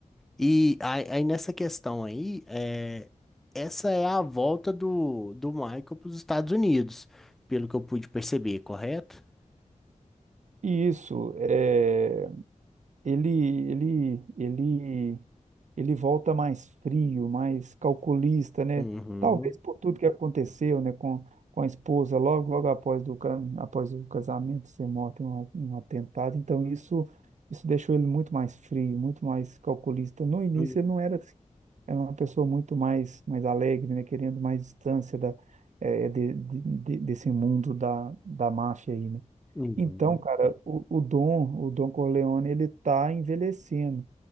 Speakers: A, in the centre; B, on the right.
A: E aí, aí nessa questão aí, é, essa é a volta do, do Michael para os Estados Unidos, pelo que eu pude perceber, correto?
B: Isso, é, ele, ele, ele, ele volta mais frio, mais calculista, né?
A: Uhum.
B: Talvez por tudo que aconteceu, né, com, com a esposa, logo, logo após, do, ca- após o casamento ser morto em um, um atentado. Então, isso, isso deixou ele muito mais frio, muito mais calculista. No início,
A: Uhum.
B: ele não era assim. Era uma pessoa muito mais, mais alegre, né? Querendo mais distância da, é, de- de- de- desse mundo da, da máfia aí, né?
A: Uhum.
B: Então, cara, o, o Dom, o Dom Corleone, ele tá envelhecendo,